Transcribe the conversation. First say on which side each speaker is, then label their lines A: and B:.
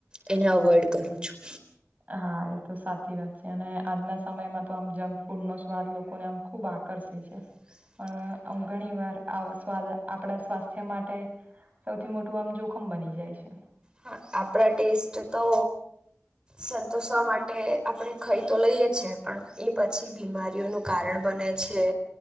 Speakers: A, on the right (about 20°); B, on the right (about 35°).
A: એને અવોઈડ કરું છું.
B: હા એ તો સાચી વાત છે અને આજના સમયમાં તો આમ જંક ફૂડ નો સ્વાદ લોકોને આમ ખુબ આકર્ષે છે.
A: હ <unintelligible>
B: પણ હ ઘણી વાર આ સ્વાદ આપણા સ્વાસ્થ્ય માટે સૌથી મોટું આમ જોખમ બની જાય છે.
A: હા આપણા ટેસ્ટ તો સંતોષવા માટે આપણે ખાઈ તો લઈએ છે પણ એ પછી બીમારીઓનું કારણ બને છે.